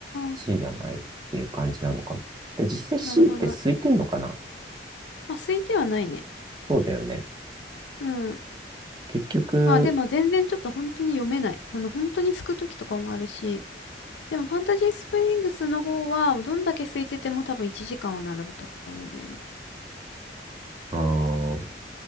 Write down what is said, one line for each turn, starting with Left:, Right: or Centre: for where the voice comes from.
Right: C
Left: あ、
Right: じゃないっていう感じなのかも。で、実際 C
Left: なるほど。
Right: って空いてんのかな
Left: まあ、空いてはないね。
Right: そうだよね。
Left: うん。
Right: 結局、
Left: まあ、でも全然ちょっと本当に読めない。あの、本当にすくときとかもあるし、でもファンタジースプリングスの方は、どんだけ空いてても多分1時間は並ぶと思うんだよね。
Right: ああ